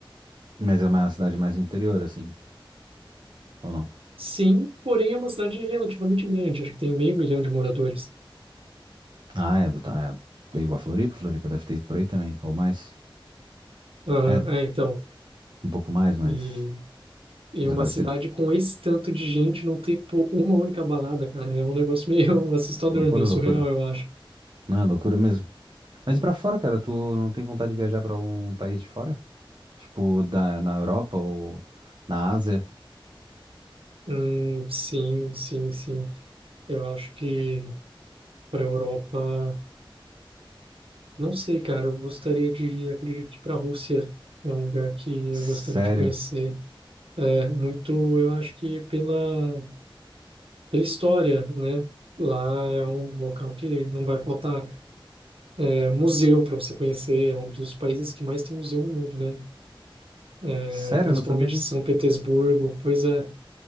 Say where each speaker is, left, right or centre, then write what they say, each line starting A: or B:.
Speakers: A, on the right (about 55°); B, on the right (about 80°).
A: Mas é uma cidade mais interior, assim. Ou não?
B: Sim, porém é uma cidade relativamente grande, acho que tem meio milhão de moradores.
A: Ah, é, do, tá, é, é igual a Floripa. Floripa deve ter por aí também. Ou mais.
B: Aham,
A: É,
B: é, então.
A: um pouco mais, mas,
B: E, e
A: mas
B: uma
A: é parecido.
B: cidade com esse tanto de gente não ter pô, uma única balada, cara, é um negócio meio <laughs> assustador,
A: Loucura,
B: meio
A: loucura.
B: surreal, eu acho.
A: Não, é loucura mesmo. Mas e pra fora, cara? Tu não tem vontade de viajar pra algum país de fora? Tipo, da, na Europa ou na Ásia?
B: Hum, sim, sim, sim. Eu acho que para a Europa. Não sei, cara. Eu gostaria de ir, acredito que para a Rússia é um lugar que
A: Sério?
B: eu gostaria de conhecer. É muito, eu acho que pela, pela história, né? Lá é um local que não vai faltar é, museu para você conhecer. É um dos países que mais tem museu no mundo, né? É,
A: Sério,
B: principalmente
A: eu não sabia disso.
B: São Petersburgo. Pois é,